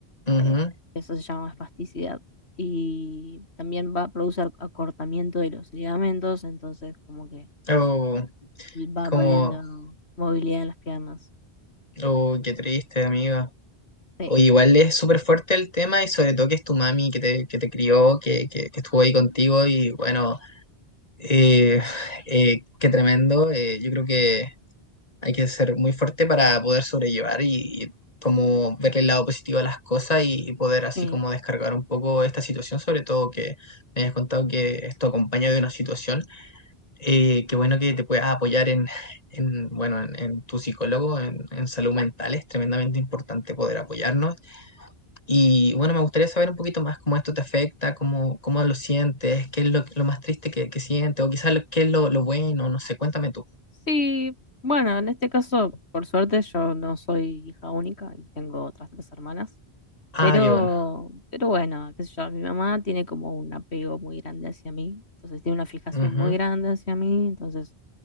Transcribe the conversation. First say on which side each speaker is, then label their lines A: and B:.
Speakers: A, on the left; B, on the left.
A: Ujú.
B: eh, eso se llama espasticidad. Y también va a producir acortamiento de los ligamentos, entonces como que
A: Oh,
B: va
A: es como...
B: perdiendo movilidad en las piernas.
A: Oh, qué triste, amiga.
B: Sí,
A: O igual es súper fuerte el tema y sobre todo que es tu mami que te, que te crió, que, que, que estuvo ahí contigo y bueno, eh, eh, qué tremendo. eh, yo creo que hay que ser muy fuerte para poder sobrellevar y, y como verle el lado positivo a las cosas y, y poder así
B: sí.
A: como descargar un poco esta situación, sobre todo que me hayas contado que esto acompaña de una situación. eh, qué bueno que te puedas apoyar en, en, bueno, en, en tu psicólogo, en, en salud mental. Es tremendamente importante poder apoyarnos y bueno, me gustaría saber un poquito más cómo esto te afecta, cómo, cómo lo sientes, qué es lo, lo más triste que, que sientes, o quizás lo- qué es lo, lo bueno, no sé, cuéntame tú.
B: Sí, bueno, en este caso, por suerte, yo no soy hija única y tengo otras tres hermanas.
A: Ah,
B: Pero,
A: qué bueno.
B: pero bueno, qué sé yo, mi mamá tiene como un apego muy grande hacia mí, entonces tiene una fijación
A: Ujú.
B: muy grande hacia mí, entonces